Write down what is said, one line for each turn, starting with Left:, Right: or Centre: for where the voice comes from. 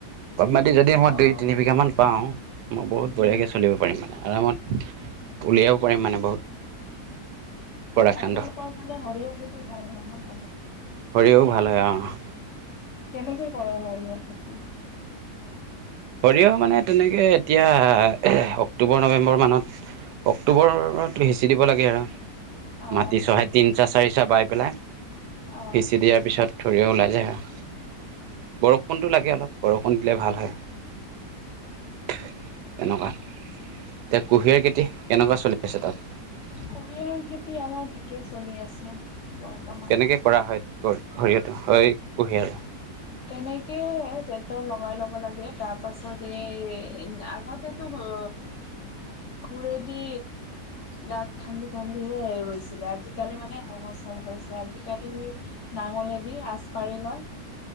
Right: বাম মাটি যদি মই
Left: অ'।
Right: দুই তিনি বিঘা মান পাওঁ। মই বহুত বঢ়িয়াকে
Left: উম,
Right: চলিব পাৰিম মানে আৰামত উলিয়াব পাৰিম মানে। বহুত প্ৰডাকশ্যনটো
Left: আপোনালোকৰ ভালে সৰিয়হ খেটি ভাল নাই ন ভাল।
Right: সৰিহৰ ভাল হয় অ।
Left: কেনেকে কৰ ইমান খেতি।
Right: সৰিয়হ মানে তেনেকে এতিয়া অক্টোবৰ নৱেম্বৰ মানত। অক্টোবৰত সিঁচি দিব লাগে আৰু।
Left: অ',
Right: মাটি চহে তিনি চাহ চাৰি চাহ বাই পেলাই?
Left: অ',
Right: সিঁচি দিয়াৰ পিছত ধৰি ওলাই যায় বৰ। বৰষণটো লাগে অলপ বৰষুণ দিলে ভাল হয়। তেনেকুৱা এতিয়া কুঁহিয়াৰ খেতি কেনেকুৱা চলি আছে তাত।
Left: কুঁহিয়াৰ খেতি আমাৰ ঠিকে চলি আছে। বৰ্তমান।
Right: কেনেকে কৰা হয় ঘৰিহটো হয় কহি আৰু।
Left: তেনেকে টেক্টৰ লগাই ল'ব লাগে তাৰ পাছত এই আগতেটো। অ কোৰেদি? গাত খান্দি খান্দিহে ৰৈছিলে আজিকালি মানে সহজ হৈছে আজিকালি। নাঙলেদি আচ পাৰি লয়।